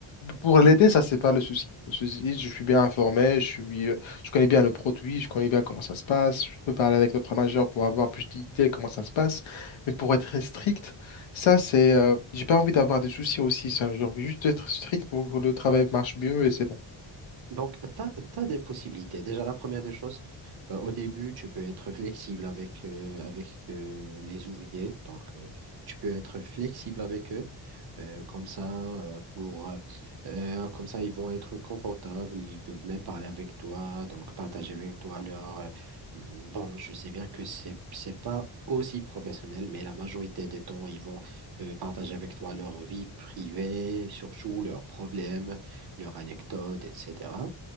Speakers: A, on the left; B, on the right.
A: Pour l'aider, ça, c'est pas le souci. Le souci, je suis bien informé, je suis, euh, je connais bien le produit, je connais bien comment ça se passe. Je peux parler avec le majeur pour avoir plus d'idées comment ça se passe. Mais pour être très strict, ça, c'est... euh, j'ai pas envie d'avoir des soucis aussi. ça. J'ai envie juste d'être strict pour que le travail marche mieux et c'est bon.
B: Donc, tu as, des possibilités. Déjà, la première des choses, euh, au début, tu peux être flexible avec, euh, avec euh, les ouvriers. Donc, euh, tu peux être flexible avec eux. Euh, comme ça, euh, pour, euh, euh, comme ça, ils vont être confortables. Ils peuvent même parler avec toi, donc partager avec toi leur. euh, hum, bon, je sais bien que c'est, c'est pas aussi professionnel, mais la majorité des temps, ils vont euh, partager avec toi leur vie privée, surtout leurs problèmes leurs anecdotes, etc.